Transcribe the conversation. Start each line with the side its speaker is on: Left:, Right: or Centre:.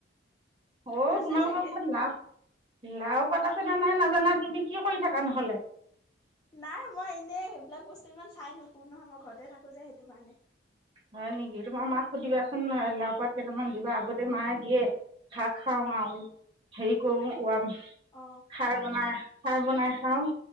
Right: ঔ
Left: আছে
Right: তোমালোকৰ
Left: চাগে
Right: ঘৰত লাও। লাও পাত আছেনে নাই নাজানা তুমি কি কৰি থাকা নহ'লে।
Left: নাই মই এনেই সেইবিলাক বস্তু ইমান চাই নোফোৰো নহয় মই ঘৰতে থাকো যে সেইটো কাৰণে।
Right: হয় নিকি তোমাৰ মাক সুধিবাচোন নহয় লাও পাত কেইটামান দিবা আগতে মায়ে দিয়ে। শাক খাওঁ আওঁ। হেৰি কৰো ওয়াম,
Left: অ
Right: খাৰ বনাই- খাৰ বনাই খাও।